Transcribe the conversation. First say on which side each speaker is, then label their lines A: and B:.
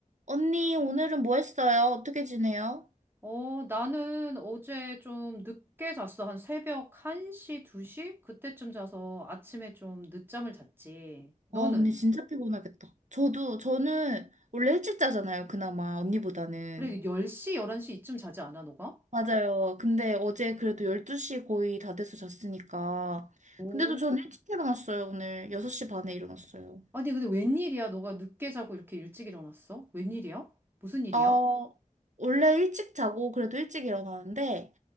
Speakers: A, on the right (about 65°); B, on the right (about 15°).
A: 언니, 오늘은 뭐 했어요? 어떻게 지내요?
B: 어, 나는 어제 좀 늦게 잤어. 한 새벽 1시, 2시? 그때쯤 자서 아침에 좀 늦잠을 잤지. 너는?
A: 와, 언니 진짜 피곤하겠다. 저도, 저는 원래 일찍 자잖아요, 그나마, 언니보다는.
B: 그래, 10시, 11시 이쯤 자지 않아, 너가?
A: 맞아요. 근데 어제 그래도 12시 거의 다 돼서 잤으니까.
B: 오,
A: 근데도 저는 일찍 일어났어요, 오늘. 6시 반에 일어났어요.
B: 아니, 근데 웬일이야? 너가 늦게 자고 이렇게 일찍 일어났어? 웬일이야? 무슨 일이야?
A: 어, 원래 일찍 자고 그래도 일찍 일어나는데,